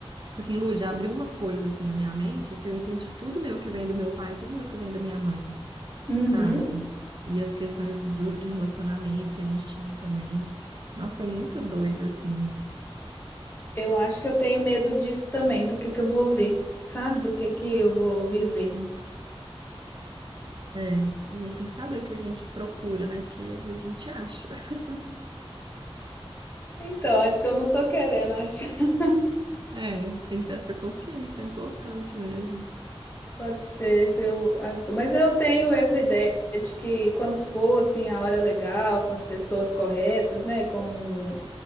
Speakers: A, on the right (about 50°); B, on the left (about 20°).
A: Tipo assim, Lu, já abriu uma coisa assim na minha mente que eu entendi tudo meu que vem do meu pai, tudo meu que vem da minha mãe,
B: Uhum.
A: sabe? E as questões do- de relacionamento que a gente tinha também. Nossa, foi muito doido, assim.
B: Eu acho que eu tenho medo disso também, do que que eu vou ver, sabe? Do que que eu vou viver.
A: Sim. É, a gente tem que saber o que a gente procura, né? Porque às vezes a gente acha. <laughs>
B: Então, acho que eu não tô querendo achar. <laughs>
A: É, tem que ter essa consciência, é importante mesmo.
B: Pode ser, se eu... a- mas eu tenho essa ideia de que quando for assim a hora legal, com as pessoas corretas, né, com